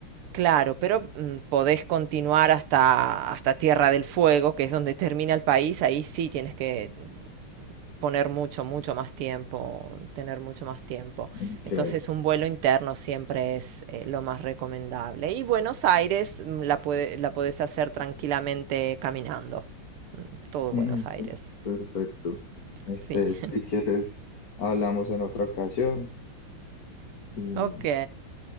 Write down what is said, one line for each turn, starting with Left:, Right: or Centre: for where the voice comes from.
Right: Claro, pero mm, podés continuar hasta, hasta Tierra del Fuego, que es donde termina el país. Ahí sí tienes que poner mucho, mucho más tiempo, tener mucho más tiempo.
Left: Ok.
Right: Entonces un vuelo interno siempre es eh, lo más recomendable. Y Buenos Aires mm, la, puede- la podés hacer tranquilamente caminando. Todo
Left: Mm,
Right: Buenos Aires.
Left: mm, perfecto. Este,
Right: Sí.
Left: si
Right: <laughs>
Left: quieres, hablamos en otra ocasión y
Right: Ok.